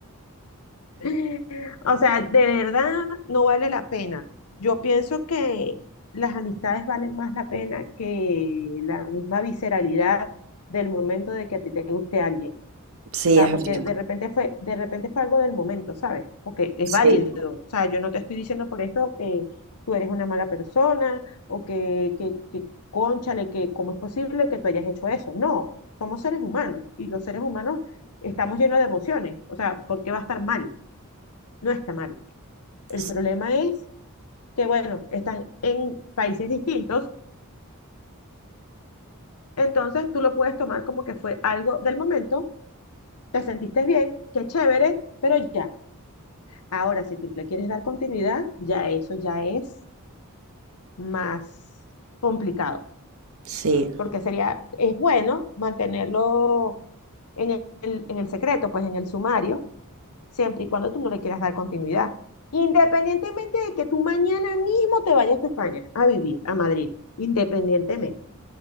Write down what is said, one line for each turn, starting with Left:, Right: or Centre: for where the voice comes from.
Left: <laughs> O sea, de verdad no vale la pena. Yo pienso que las amistades valen más la pena que la misma visceralidad del momento de que a ti te guste alguien.
Right: Sí,
Left: sea,
Right: es
Left: porque
Right: verdad.
Left: de repente fue, de repente fue algo del momento, ¿sabes? Porque es
Right: Sí,
Left: válido. O sea, yo no te estoy diciendo por esto que tú eres una mala persona o que, que, que cónchale, que cómo es posible que tú hayas hecho eso. No, somos seres humanos y los seres humanos estamos llenos de emociones. O sea, ¿por qué va a estar mal? No está mal. El
Right: sí,
Left: problema es que, bueno, están en países distintos, entonces tú lo puedes tomar como que fue algo del momento, te sentiste bien, qué chévere, pero ya. Ahora, si tú le quieres dar continuidad, ya eso ya es más complicado,
Right: sí,
Left: porque sería, es bueno mantenerlo en el, en el secreto, pues en el sumario, siempre y cuando tú no le quieras dar continuidad. Independientemente de que tú mañana mismo te vayas a España a vivir, a Madrid, independientemente.